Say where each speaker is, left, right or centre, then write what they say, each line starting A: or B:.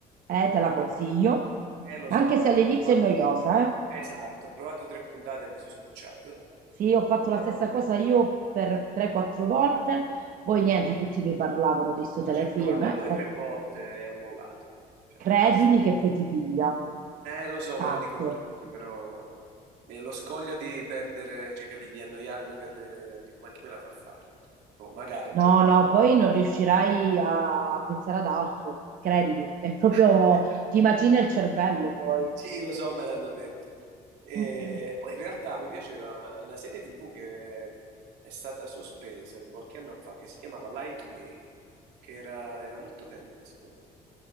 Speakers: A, on the right; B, on the right.
A: Eh,
B: eh,
A: te la consiglio.
B: eh, lo
A: Anche
B: so, ma
A: se all'inizio
B: ho provato,
A: è noiosa, eh.
B: esatto, ho provato tre puntate e mi sono scocciato.
A: Sì, ho fatto
B: Eh,
A: la stessa cosa io per 3-4 volte, poi niente, tutti mi parlavano di sto
B: lì
A: telefilm,
B: ci ho provato
A: eh.
B: due
A: Oh,
B: o tre volte e ho mollato. Cioè,
A: credimi
B: basta.
A: che poi ti piglia,
B: Eh, lo so,
A: tanto.
B: me lo dicono tutti, però eh, lo scoglio di perdere, cioè, capì, di annoiarmi per... eh, dico, ma chi me la fa fare? Boh, magari un
A: No,
B: giorno
A: no,
B: me la farà.
A: poi non riuscirai a, a pensare ad altro, credimi, è proprio,
B: <laughs>
A: ti macina il cervello poi.
B: Sì, lo so, me l'hanno detto. E
A: Mm, mm.
B: poi in realtà mi piaceva una serie TV che è stata sospesa di qualche anno fa, che si chiamava Lie to Me, che era, era molto carina, secondo me.